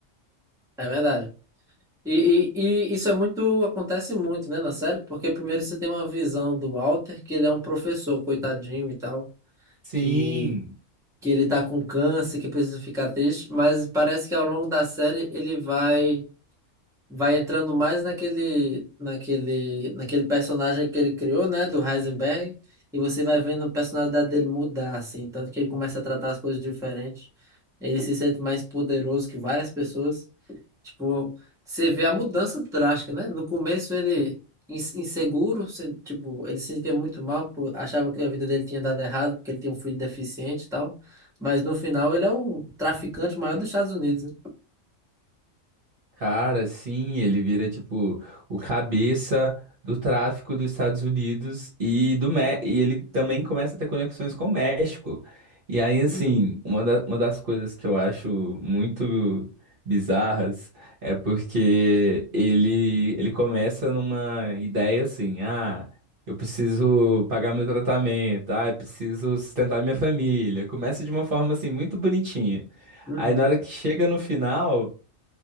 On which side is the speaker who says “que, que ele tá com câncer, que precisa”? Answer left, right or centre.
Centre